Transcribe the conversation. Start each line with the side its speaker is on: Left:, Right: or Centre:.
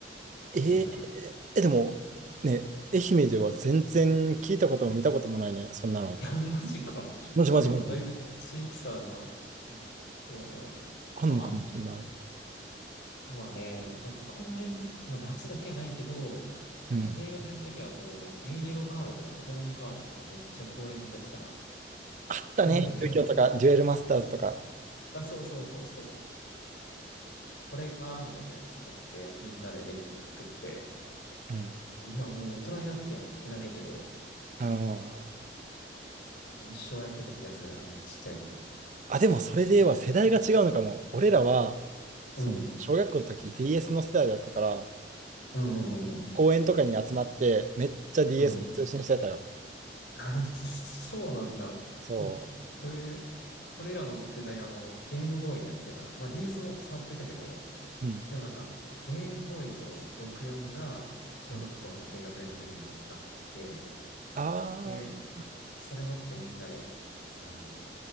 Right: えー
Left: 言えるな。家のが
Right: え、でも、ね、愛媛では全然聞いたことも見たこともないね、そんなの。
Left: <laughs> マジか。
Right: マジマジマジ。
Left: マジか。だいぶ地域差あるな。そうだね。
Right: あんのかもしれない。
Left: まあ、あとはね、なんか公園、まあ夏だけはないけど、
Right: うん。
Left: 低学年の時はこう、遊戯王カードとかポケモンカードとかめっちゃ公園でやってたな。
Right: あったね、
Left: 公園で。
Right: 東京とか、デュエルマスターズとか。
Left: <laughs> あ、そうそうそうそう。これか、みたいなやつ買って、みんなでデッキ作って、
Right: うん。
Left: 今はもう大人になってやってないけど、
Right: あの
Left: もう一生やってた気がする。あの、ちっちゃいこと。
Right: あ、でもそれでは世代が違うのかも。俺らは、その、
Left: うん。うん
Right: 小学校の時 DS の世代だったから、
Left: うんうん
Right: 公園とかに集まって、めっちゃ DS
Left: うん。うん
Right: 通信してたよ。
Left: あ、そうなんだ。
Right: そ
Left: それ、俺らの時代、あの、ゲームボーイやってた。まあ、DS も触ってたけど、
Right: う。うん。
Left: でもなんか、ゲームボーイと64が小学校の低学年の時にあって、
Right: うんあー
Left: で、それ持ってみんなで、あの、